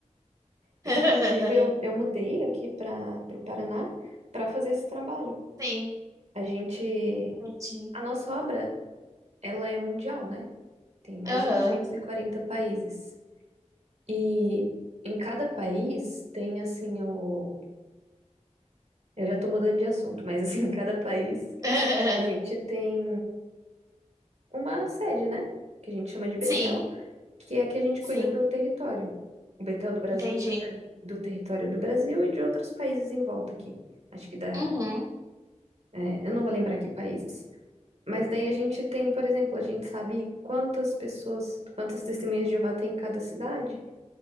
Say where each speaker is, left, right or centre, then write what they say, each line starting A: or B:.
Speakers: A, on the right (about 65°); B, on the right (about 30°).
A: Inclusive,
B: <laughs>
A: eu, eu mudei aqui para o Paraná para fazer esse trabalho.
B: Sim,
A: A gente.
B: entendi.
A: A nossa obra. Ela é mundial, né? Tem mais
B: Aham.
A: de 240 países. E em cada país tem assim o. Eu já tô mudando de assunto, mas assim, <laughs> em cada país
B: <laughs>
A: a gente tem uma sede, né? Que a gente chama de Betel,
B: Sim,
A: que é a que a gente
B: sim,
A: cuida do território. O Betel do Brasil
B: entendi.
A: cuida do território do Brasil e de outros países em volta aqui. Acho que dá.
B: Uhum,
A: é, eu não vou lembrar que países. Mas daí a gente tem, por exemplo, a gente sabe quantas pessoas, quantas testemunhas de Jeová tem em cada cidade.